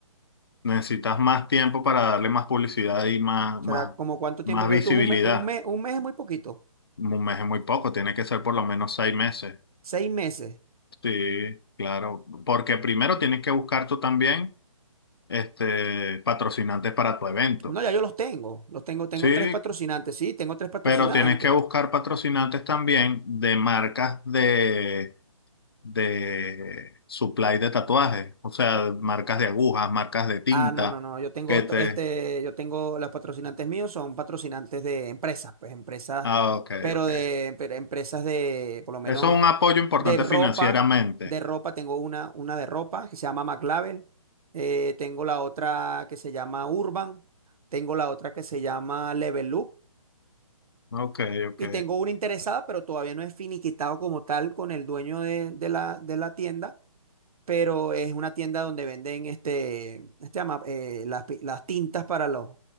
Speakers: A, on the left; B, on the right.
A: Necesitas más tiempo para darle más publicidad y más,
B: ¿será
A: más,
B: como cuánto tiempo
A: más
B: crees
A: visibilidad.
B: tú? Un mes, un mes, un mes es muy poquito,
A: Un mes es muy poco, tiene que ser por lo menos seis meses.
B: seis meses.
A: Sí, claro. Porque primero tienes que buscar tú también este, patrocinantes para tu evento.
B: No, ya yo los tengo, los tengo, tengo
A: Sí,
B: tres patrocinantes, sí, tengo tres patrocinantes.
A: pero tienes que buscar patrocinantes también de marcas de, de supply de tatuajes. O sea, marcas de agujas, marcas de tinta,
B: Ah, no, no, no, yo tengo,
A: que te...
B: t- este, yo tengo, los patrocinantes míos son patrocinantes de empresas, pues empresas,
A: Ah, ok,
B: pero
A: ok.
B: de, pero empresas de, por lo menos.
A: Eso es un apoyo importante
B: De ropa,
A: financieramente.
B: de ropa, tengo una, una de ropa que se llama McLabel, eh, tengo la otra que se llama Urban, tengo la otra que se llama Level Up
A: Ok, ok.
B: y tengo una interesada, pero todavía no es finiquitado como tal con el dueño de, de la, de la tienda, pero es una tienda donde venden este, este ama- eh, las, pi- las tintas para los,